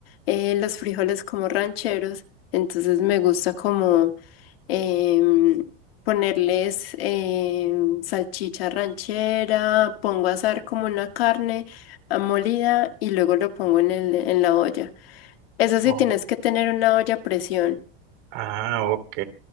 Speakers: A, on the left; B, on the right.
A: eh, los frijoles como rancheros. Entonces me gusta como em, ponerles em, salchicha ranchera, pongo a asar como una carne ah, molida y luego lo pongo en el, en la olla. Eso sí,
B: Oh,
A: tienes que tener una olla a presión.
B: Ah, ok.